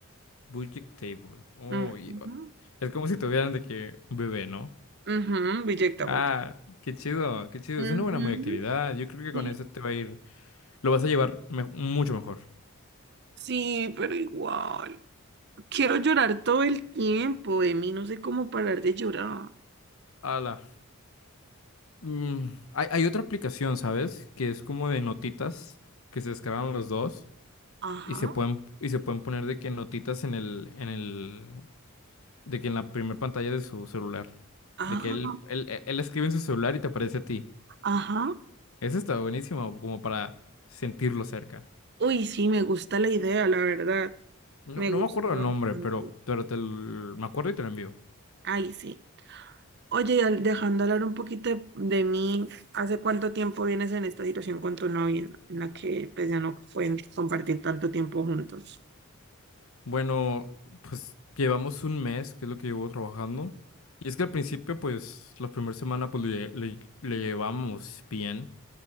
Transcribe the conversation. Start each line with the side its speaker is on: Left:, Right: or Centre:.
Left: Budget Table. Uy,
Right: Ujú,
Left: es como si tuvieran de que un bebé, ¿no?
Right: ujú, Rejectable.
Left: Ah, qué chido, qué chido.
Right: Ujú,
Left: Es una buena muy actividad. Yo creo que
Right: Sí,
Left: con eso te va a ir, lo vas a llevar me- mucho mejor.
Right: sí, pero igual. Quiero llorar todo el tiempo, de mí no sé cómo parar de llorar.
Left: Ala. Mm, hay, hay otra aplicación, ¿sabes? Que es como de notitas que se descargan los dos
Right: Ajá,
Left: y se pueden y se pueden poner de que notitas en el en el de que en la primera pantalla de su celular.
Right: ajá,
Left: De que él, él, él él escribe en su celular y te aparece a ti.
Right: ajá.
Left: Ese está buenísimo, como para sentirlo cerca.
Right: Uy, sí, me gusta la idea, la verdad.
Left: No,
Right: Me
Left: no
Right: gusta
Left: me acuerdo
Right: bastante.
Left: el nombre, pero, pero te l- me acuerdo y te lo envío.
Right: Ay, sí. Oye, y al- dejando hablar un poquito de, de mí, ¿hace cuánto tiempo vienes en esta situación con tu novia en la que pues, ya no pueden compartir tanto tiempo juntos?
Left: Bueno, pues llevamos un mes, que es lo que llevo trabajando. Y es que al principio, pues, la primera semana, pues, le, le- le llevamos bien.